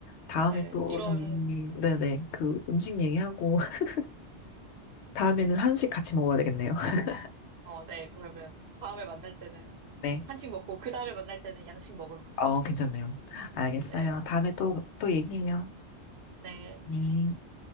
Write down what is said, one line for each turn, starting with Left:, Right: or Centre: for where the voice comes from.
Left: 다음에
Right: 네,
Left: 또
Right: 이런
Left: 저는, 네네. 그 음식 얘기하고, <laughs> 다음에는 한식 같이 먹어야 되겠네요. <laughs>
Right: 어, 네, 그러면 다음에 만날 때는
Left: 네.
Right: 한식 먹고 그 다음에 만날 때는 양식 먹으러 가죠,
Left: 어,
Right: 우리.
Left: 괜찮네요. 알겠어요.
Right: 네,
Left: 다음에 또, 또 얘기해요.
Right: 네.
Left: 네.